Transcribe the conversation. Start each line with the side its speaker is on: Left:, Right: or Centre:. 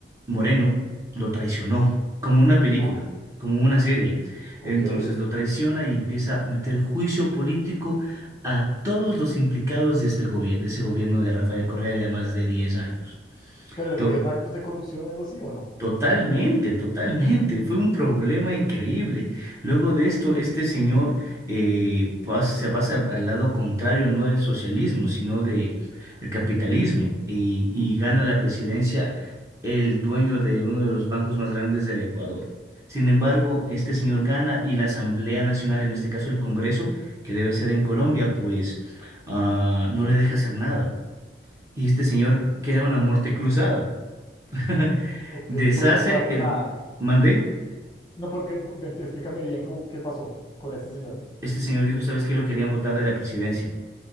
Right: Moreno, lo traicionó, como una película,
Left: Ah,
Right: como
Left: ok,
Right: una serie.
Left: ok.
Right: Entonces lo traiciona y empieza a meter juicio político a todos los implicados de este gobierno, de ese gobierno de Rafael Correa de más de 10 años.
Left: ¿Pero le
Right: To-
Left: cogieron actos de corrupción o algo así o no?
Right: Totalmente, totalmente. Fue un problema
Left: Ah,
Right: increíble. Luego de esto, este señor eh, pas- se pasa al lado contrario, no del socialismo, sino de el capitalismo, y, y gana la presidencia el dueño de uno de los bancos más grandes del Ecuador. Sin embargo, este señor gana y la Asamblea Nacional, en este caso el Congreso, que debe ser en Colombia, pues ah, no le deja hacer nada. Y este señor crea una muerte cruzada. <laughs>
Left: ok,
Right: Deshace
Left: porque no puede hacer
Right: el...
Left: nada.
Right: ¿Mandé?
Left: No, porque, bu- ven, te- explícame bien cómo, qué pasó con este señor.
Right: Este señor dijo, ¿sabes qué? Lo querían votar de la presidencia.